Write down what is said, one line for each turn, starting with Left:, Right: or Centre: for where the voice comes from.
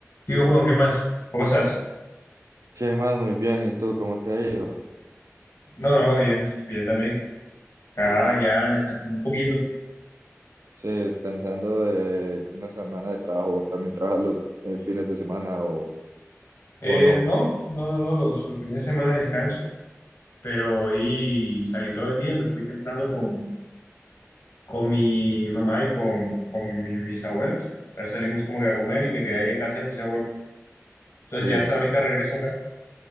Left: ¿Y vos, Juan, qué más? ¿Cómo estás?
Right: ¿Qué más? Muy bien. ¿Y tú cómo te ha ido?
Left: No, no, bien, bien también. Acá ya descansando un poquito.
Right: Sí, descansando de una semana de trabajo. ¿También trabajas los eh, fines de semana o,
Left: Eh,
Right: o no?
Left: no, no, no, no, los, los fines de semana descanso, pero hoy salí todo el día, me fui temprano con, con mi mamá y con, con mi- mis abuelos. Entonces salimos como que a comer y me quedé allá en casa de mis abuelos. Entonces
Right: Sí.
Left: ya hasta ahorita regreso acá.